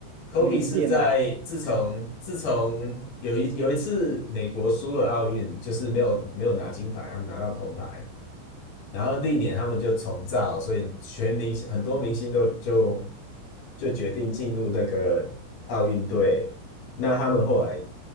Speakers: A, on the left (about 55°); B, on the right (about 80°).
A: Kobe
B: 每一届吗？
A: 是在自从自从有一有一次美国输了奥运，就是没有没有拿金牌，他们拿到铜牌。然后历年他们就重造，所以全明星很多明星都就就决定进入那个奥运队。那他们后来